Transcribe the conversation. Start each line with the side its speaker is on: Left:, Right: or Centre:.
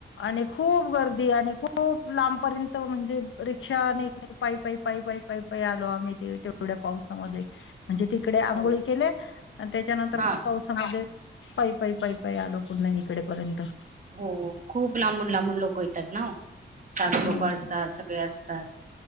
Left: आणि खूप गर्दी आणि खूप लांबपर्यंत म्हणजे रिक्षा निघ पाय पाई पाई पाई पाई पाई आलो आम्ही ते तेवढ्या पावसामध्ये. म्हणजे तिकडे आंघोळी
Right: हो
Left: केले त्याच्यानंतर
Right: हां
Left: म पाऊस त्यांच्या पाई पाई पाई पाई आलो पुन्हा इकडेपर्यंत,
Right: हो खूप लांबून लांबून लोक येतात ना हो. साधी
Left: हम्म
Right: लोक असतात सगळे असतात